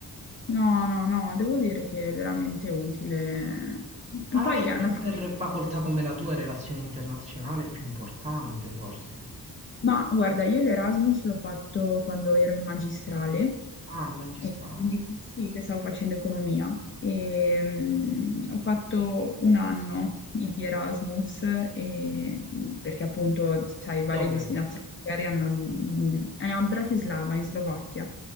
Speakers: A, on the left; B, on the right.
A: No, no, no, devo dire che è veramente utile. E
B: ma
A: poi
B: magari
A: alla
B: più
A: fine.
B: per facoltà come la tua, relazione internazionale è più importante forse.
A: Ma guarda, io l'Erasmus l'ho fatto quando ero in magistrale,
B: Ah, in magistrale.
A: e quindi sì, che stavo facendo economia. E, mm, ho fatto un anno di Erasmus, e- perché appunto, sai, varie
B: Dove?
A: destinazioni magari hanno... È a Bratislava, in Slovacchia.